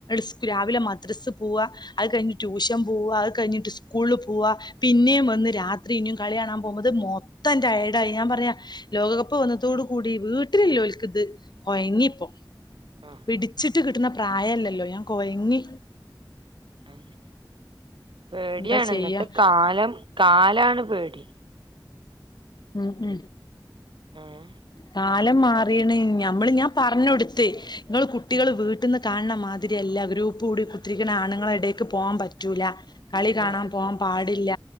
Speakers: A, on the left; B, on the right.
A: സ്‌ <unintelligible> രാവിലെ മദ്രസ് പോവാ അഹ് കഴിഞ്ഞിട്ട് ട്യൂഷം പോവാ അത് കഴിഞ്ഞിട്ട് ഇസ്കൂള് ല് പോവ പിന്നെം വന്ന് രാത്രി ഇനിം കളിആണാൻ പോനത് മൊത്തംറ്റയേടായി ഞാൻ പറഞ്ഞ ലോകകപ്പ് വന്നതോടു കൂടി വീട് ൽ ഓല്ക്ക്ത് ഒഴങ്ങിപ്പം
B: ആഹ്
A: പിടിച്ചിട്ട് കിട്ടുന്ന പ്രായല്ല ല്ലോ ഞാൻ കോയങ്ങി
B: അഹെന്നെ പേടിയാണ്
A: എന്താ ചെയ്യാ
B: ഇന്നത്തെ കാലം കാല ലാണ് പേടി
A: ഉം ഉം <inaudible>
B: ഏഹ്
A: കാലം മാറീണ് ഞമ്മള് ഞാ പറഞ്ഞൊടുത്ത് ങ്ങള് കുട്ട്യേള്
B: ഉം
A: വീട്ടിന്ന് കാണണ മാതിരിയല്ല ഗ്രൂപൂടി കുത്തിരിക്ന്ന ആണുങ്ങള എടേക്ക് പോആൻ പറ്റൂല കളി കാണാൻ
B: ആഹ്
A: പോവാം പാട് ഇല്ല